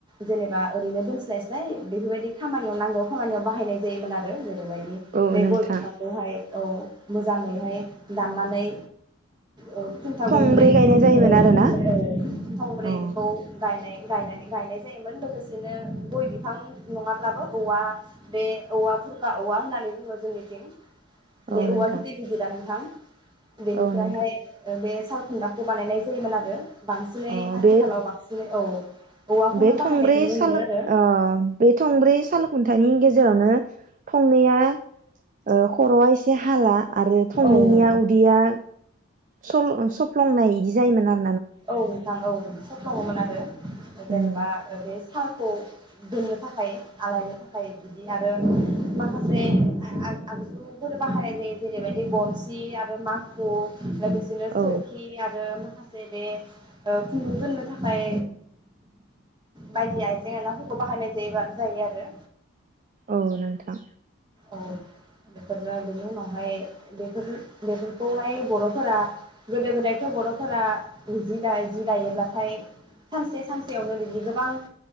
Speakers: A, on the right; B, on the right.
A: जेनेबा ओरैनो दोनस्लायस्लाय बेफोरबायदि खामानियाव नांगौ खामानियाव बाहायनाय जायोमोन आरो जेनरैबादि
B: औ
A: बे
B: नोंथां
A: गय बिफांखौहाय औ मोजाङैहाय दाननानै ओ <unintelligible> थंब्रै बेखौ
B: थंब्रै गायनाय जायोमोन आरोना अ
A: गायनाय गायनानै गायनाय जायोमोन लोगोसेनो गय बिफां नङाब्लाबो औवा बे औवा बुरखा औवा होननानै बुङो जोंनिथिं
B: औ
A: बे औवा
B: नोंथां
A: गिदिर गिदिरा नोंथां बेनिफ्रायहाय
B: औ नोंथां
A: ओ बे सालखुनथाखौ बानायनाय जायोमोन आरो बांसिनै
B: अ
A: आथिखालाव
B: बे
A: बांसिनै औ औवाखौनो
B: बे थंब्रै
A: बाहायनाय नुनो
B: साल
A: मोनो
B: ओ
A: आरो
B: बे थंब्रै साल खुनथानि गेज जेरावनो थंनैया ओ खर'आ एसे हाला आरो थंनैनिया
A: औ
B: उदैया स सफ्लंनाय बि जायोमोन आरो
A: औ नोंथां औ सफ्लङोमोन आरो जेनेबा
B: उम
A: ओम बे सालखौ दोननो थाखाय आलायनो थाखाय बिदि आरो माखासे आगजुफोर बाहायनाय जायो जेरैबायदि बनसि आरो माखु लोगोसेनो
B: औ
A: सोरखि आरो मा ै <unintelligible> बे खुनदुं दोननो थाखाय बायदि आइजें आयलाफोरखौ बाहायनाय जायो जायो आरो
B: औ नोंथां
A: औ बेफोरनो बेनि उनावहाय बेफोर बेफोरखौहाय बर'फोरा गोदो गोदायथ' बर'फोरा जि दायो जि दायोब्लाथाय सानसे सानसेयावनो बिदि गोबां